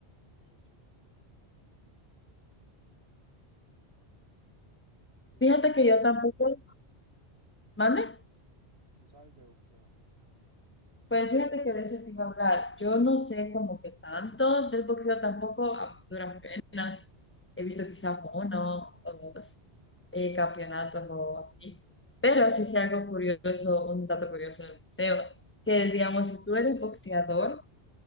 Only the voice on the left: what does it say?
Fíjate
que
yo tampoco, ¿mande?
Pues fíjate que de eso te iba a hablar. Yo no sé como que tanto del boxeo tampoco a duras penas. He visto quizás uno o dos eh, campeonatos o así. Pero sí sé algo curioso, un dato curioso del boxeo, que digamos, si tú eres boxeador,